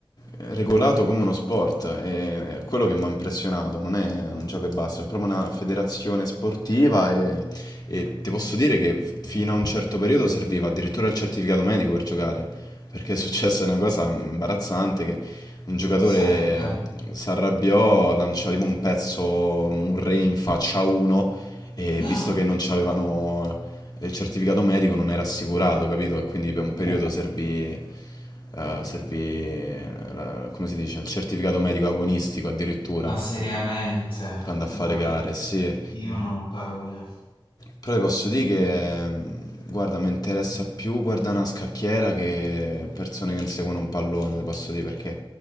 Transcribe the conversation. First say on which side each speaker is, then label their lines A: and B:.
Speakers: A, on the left; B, on the left.
A: eh, regolato come uno sport, è, è quello che mi ha impressionato, non è un gioco e basta, è proprio una federazione sportiva e, e ti posso dire che f- fino a un certo periodo serviva addirittura il certificato medico per giocare, perché è successa una cosa imbarazzante che un giocatore
B: sarebbe.
A: si arrabbiò, lanciò tipo un pezzo, un re in faccia a uno e
B: Ah,
A: visto che non c'avevano e il certificato medico non era assicurato, capito? E quindi per un periodo servì, eh, servì eh, la- come si dice, il certificato medico agonistico addirittura,
B: <gasps> ma seriamente,
A: per andare
B: ma
A: a fare le gare,
B: vedi,
A: sì.
B: io non ho parole.
A: Però ti posso dire che, mh, guarda, mi interessa più guardare una scacchiera che persone che inseguono un pallone, ti posso dire, perché